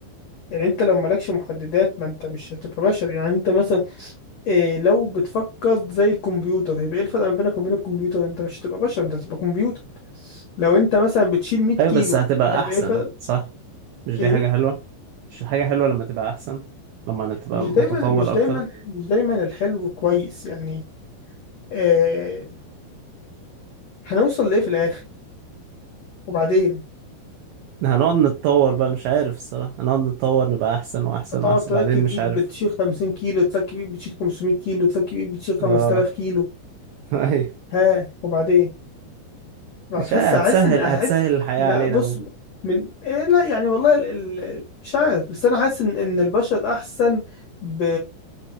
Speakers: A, on the left; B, on the right.
A: يعني انت لو مالكش محددات ما انت مش هتبقى بشر يعني انت مثلا إيه لو بتفكر زي الكمبيوتر هيبقى ايه الفرق ما بينك وبين الكمبيوتر انت مش هتبقى بشر انت هتبقى كمبيوتر لو انت مثلا بتشيل 100 كيلو
B: ايوه بس هتبقى
A: هيبقى
B: احسن
A: ايه الفرق
B: صح مش
A: ايه
B: دي حاجة حلوة مش حاجة حلوة لما تبقى احسن لما تبقى
A: مش
B: متطور
A: دايما مش دايما
B: اكتر
A: مش دايما الحلو كويس يعني آه هنوصل لايه في الاخر وبعدين
B: هنقعد نتطور بقى مش عارف الصراحة هنقعد نتطور نبقى احسن واحسن
A: هتقعد
B: واحسن
A: تركب
B: بعدين مش
A: ايد
B: عارف
A: بتشيل 50 كيلو تركب ايد بتشيل 500 كيلو تركب ايد بتشيل 5000
B: اه
A: كيلو
B: <laughs> ايوه
A: ها وبعدين هحس
B: مش عارف هتسهل
A: هحس ان هحس
B: هتسهل الحياة
A: ما
B: علينا
A: بص
B: ممكن
A: من إيه لا يعني والله ال- ال- مش عارف بس انا حاسس ان ان البشر احسن ب...